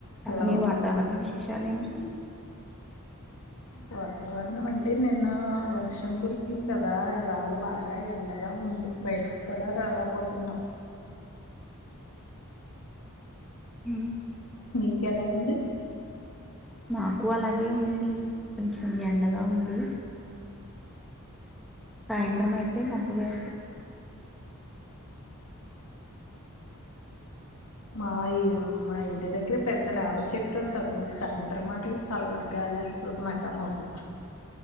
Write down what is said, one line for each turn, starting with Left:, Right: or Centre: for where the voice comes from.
Left: హలో
Centre: అ మీ వాతావరణ విశేషాలు ఏమిటి
Left: ఓ వాతావరణం అంటే నిన్న వర్షం కురిసింది కదా ఇవాళ బాగా ఎండగా ఉంది బయ పడా రాల పోతున్నా
Centre: ఊ
Left: మీకెలా ఉంది
Centre: మాకు అలాగే ఉంది కొంచెం ఎండగా ఉంది సాయంత్రం అయ్యిపొయింధి అప్పుడే
Left: మాయా నా అమ్మాయి ఇది అయితే పెద్దరావి చెట్టు ఉంటది సాయంత్రం మాటలు చల్లగాలేస్తది మామాట మాకు